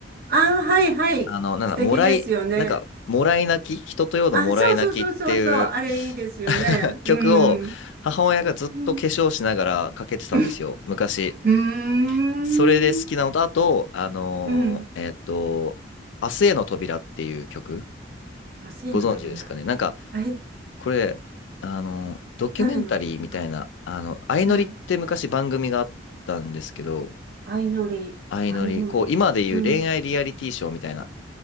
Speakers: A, on the right; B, on the left.
A: ああ、はい、はい。
B: あの、なんだ、
A: 素敵ですよね。
B: もらい、なんか、もらい泣き人とようのもらい泣きっていう
A: あ、そうそうそうそうそう、あれいいですよね。
B: <laughs>
A: うん。
B: 曲を母親がずっと化粧しながらかけてたんですよ、
A: うん。<laughs>
B: 昔。
A: うーん。
B: それで好きなのと、あと、あのーえーっと、
A: うん。
B: 明日への扉っていう曲、
A: あ、生の扉。
B: ご存知ですかね。なんか、
A: え、
B: これ、あの、ドキュメンタリーみたいな、
A: 誰の曲かな。
B: あの、相乗りって昔番組があったんですけど、
A: はい。相乗り、
B: 相乗り、
A: 相乗り。
B: こう、今でいう恋愛リアリティショーみたいな、
A: うん。